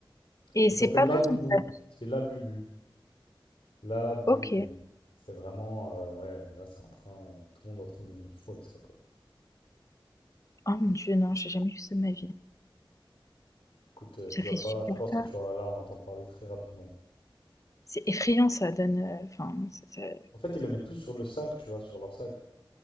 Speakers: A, on the left; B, on the left.
A: Et
B: Ça
A: c'est
B: s'appelle
A: pas
B: la
A: bon,
B: boubou.
A: en fait.
B: C'est la bubu. La bubu.
A: Ok.
B: C'est vraiment, euh, ouais, là, c'est en train, tout le monde est en train de devenir fou avec ça, quoi.
A: Oh mon Dieu, non, j'ai jamais fait ça de ma vie.
B: Écoute, euh,
A: Ça
B: tu
A: fait
B: vas pas,
A: super
B: je pense que
A: peur.
B: tu vas là, on entend parler très rapidement.
A: C'est effrayant, ça donne. euh, Enfin, c'est ça-
B: En fait, ils le mettent tous sur le sac, tu vois, sur leur sac.